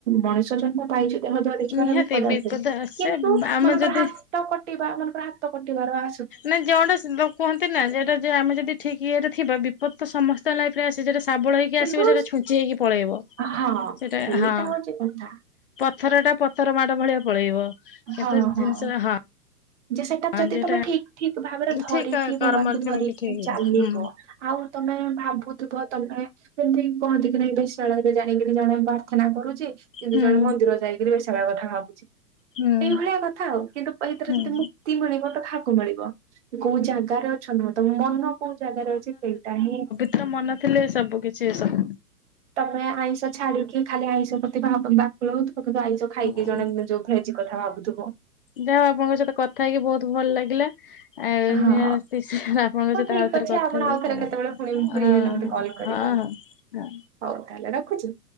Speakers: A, on the right; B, on the left.
A: ମଣିଷ ଜ ନ୍ମ ପାଇଚୁ ଦେହ ଧରିଚୁ
B: ନିହାତି
A: ମାନେ ବିପଦ ଆସେ
B: ଆସେ
A: କିନ୍ତୁ
B: ଆମେ
A: ମନେକର
B: ଯଦି
A: ହା ତ କଟିବା ମନେକର ହାତ କଟିବାର ଆ
B: ନା ଯୋଉଁଟା ଯୋଉ କୁହନ୍ତି ନା ଯେଟା ଯେ ଆମେ ଯଦି ଠିକ ଇଏରେ ଥିବା ବିପତ୍ ତ ସମସ୍ ତ ଲାଇଫ୍ ରେ ଆସେ ଯେଟା ଶାବଳ ହେଇକି
A: କିନ୍ତୁ
B: ଆସିବ ସେଟା ଛୁଞ୍ଚି ହେଇକି ପଳେଇବ।
A: ହଁ
B: ସେଟା
A: ହେଇଟା
B: ହଁ
A: ହଉଛି କଥା।
B: ପଥର ଟା ପତର ମାଡ଼ ଭଳିଆ ପଳେଇବ। କିନ୍ତୁ
A: ହଁ,
B: ଜିନିଷ
A: ହଁ ଯେ ସେଟା
B: ହଁ
A: ଯଦି
B: ଯେଟା
A: ତୋମେ ଠିକ ଠିକ ଭାବରେ ଧରିକି
B: ଠିକ
A: ଭଗବାନଙ୍କୁ
B: କର୍ମରେ ଥିବ
A: ଧରିକି
B: କି ଠିକ
A: ଚାଲିବ।
B: ହୁଁ
A: ଆଉ ତୋମେ ଭାବୁ ଥୁବ ତୋମେ ଏମିତି କହନ୍ତି କି ନାାଇଁ ବେଶ୍ୟାଳୟ ରେ ଜାଣିକିରି ଜଣେ ପ୍ରାର୍ଥନା କରୁଛି। କିନ୍ତୁ
B: ହୁଁ
A: ଜଣେ ମନ୍ଦିର ଯାଇକିରି ବେଶ୍ୟାଳୟ କଥା ଭାବୁଛି।
B: ହୁଁ
A: ଏଇଭଳିଆ କଥା ଆଉ। କିନ୍ତୁ ଏଇଥିରେ
B: ହୁଁ
A: ଯଦି ମୁକ୍ତି ମିଳିବ ତ କହାକୁ ମିଳିବ? କୋଉ ଜାଗାରେ ଅଛ ନ, ତୋମ ମନ କୋଉ ଜାଗାରେ ଅଛି ସେଇଟା ହିଁ
B: ତ ମନ ଥିଲେ ସବୁ କିଛି ଏ ସବୁ।
A: ତୋମେ ଆଇଁଷ ଛାଡିକି ଖାଲି ଆଇଁଷ ପ୍ରତି ଭାବ ବାକୁଳ ହଉଥୁବ। କିନ୍ତୁ ଆଇଁଷ ଖାଇକି
B: ହଁ।
A: ଜଣେ ଯୋଉ ଭେଜ କଥା ଭାବୁଥୁବ।
B: ଯା ଆପଣଙ୍କ ସହିତ କଥା ହେଇକି ବହୁତ ଭଲ ଲାଗିଲା। ଆଉ
A: ହଁ
B: ନିହାତି ସ- ଆପଣଙ୍କ
A: ହଉ
B: ସହିତ
A: ଠିକ
B: ଆଉଥରେ
A: ଅଛି
B: କଥା
A: ଆପଣ
B: ହେଇ
A: ଆଉଥରେ
B: ହଁ
A: କେତେବେଳେ ପୁଣି ଫ୍ରି
B: ହଁ, ଓ,
A: ହେଲେ ମତେ କଲ୍ କରିବେ।
B: ହଁ। ହଁ
A: ହଉ ତାହେଲେ ରଖୁଛୁ।